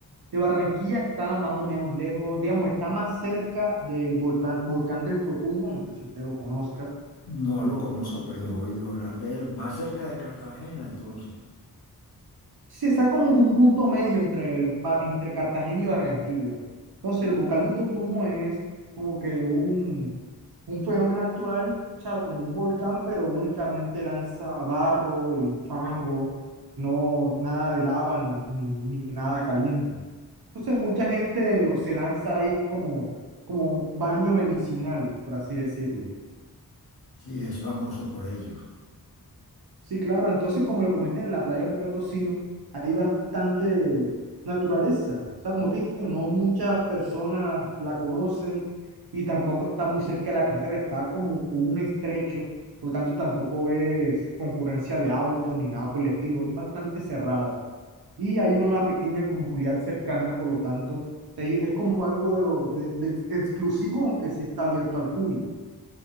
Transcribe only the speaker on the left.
No lo conozco, pero he oído hablar de él, más cerca de Cartagena, entonces.
Sí, es famoso por ello.